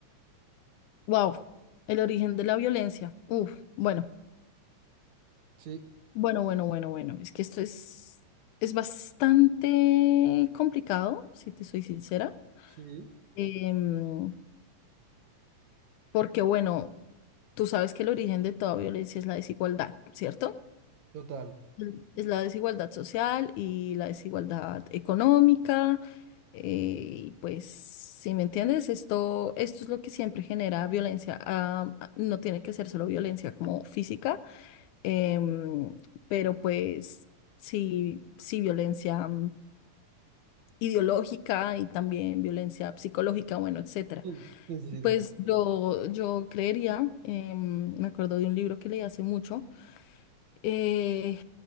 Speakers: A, on the left (about 80°); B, on the right (about 70°).
A: wow, el origen de la violencia. Uf, bueno.
B: Sí,
A: Bueno, bueno, bueno, bueno. Es que esto es, es bastante complicado, si te soy sincera.
B: sí,
A: Em, porque, bueno, tú sabes que el origen de toda violencia es la desigualdad, ¿cierto?
B: total.
A: Mm. Es la desigualdad social y la desigualdad económica. eh, y pues, si me entiendes, esto, esto es lo que siempre genera violencia. ah, no tiene que ser solo violencia como física, Em, pero pues sí, sí, violencia mm, ideológica y también violencia psicológica, bueno, etcétera.
B: Sí, sí, sí, sí, de
A: Pues
B: acuerdo,
A: yo,
B: de acuerdo.
A: yo creería, em, me acuerdo de un libro que leí hace mucho, eh,